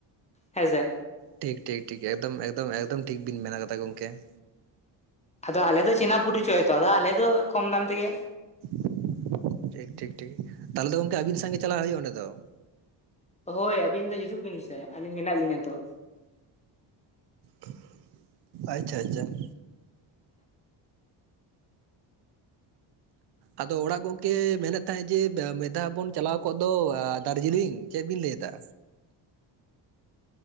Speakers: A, on the left; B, on the right.
A: ᱦᱮᱸᱥᱮ
B: ᱴᱷᱤᱠ ᱴᱷᱤᱠ ᱴᱷᱤᱠ ᱮᱠᱫᱚᱢ ᱮᱠᱫᱚᱢ ᱮᱠᱫᱚᱢ ᱴᱷᱤᱠ ᱵᱤᱱ ᱢᱮᱱ ᱟᱠᱟᱫᱟ ᱜᱚᱢᱠᱮ ᱾
A: ᱟᱫᱚ ᱟᱞᱮ ᱫᱚ ᱪᱮᱱᱟ ᱯᱚᱨᱤᱪᱚᱭᱟ ᱛᱚ ᱟᱫᱚ ᱟᱞᱮ ᱫᱚ ᱠᱚᱢ ᱫᱟᱢ ᱛᱮᱜᱮ
B: <inaudible> ᱴᱷᱤᱠ ᱴᱷᱤᱠ ᱴᱷᱤᱠ ᱛᱟᱦᱞᱮ ᱫᱚ ᱜᱚᱝᱠᱮ ᱟᱹᱵᱤᱱ ᱥᱟᱶ ᱜᱮ ᱪᱟᱞᱟᱜ ᱦᱩᱭᱩᱜᱼᱟ ᱚᱸᱰᱮ ᱫᱚ ᱾
A: ᱦᱳᱭ ᱟᱹᱵᱤᱱ ᱫᱚ ᱦᱤᱡᱩᱜ ᱵᱤᱱ ᱥᱮ ᱟᱹᱞᱤᱧ ᱢᱮᱱᱟᱜ ᱞᱤᱧᱟᱹ ᱛᱚ᱾
B: <inaudible> ᱟᱪᱪᱷᱟ ᱟᱪᱪᱷᱟ ᱾ ᱟᱫᱚ ᱚᱲᱟᱜ ᱜᱚᱝᱠᱮ ᱢᱮᱱᱮᱫ ᱛᱟᱦᱮᱸᱫ, ᱡᱮ ᱢᱤᱫ ᱫᱷᱟᱣ ᱵᱚᱱ ᱪᱟᱞᱟᱣ ᱠᱚᱜ ᱫᱚ ᱫᱟᱨᱡᱤᱞᱤᱝ ᱪᱮᱫ ᱵᱤᱱ ᱞᱟᱹᱭ ᱮᱫᱟ?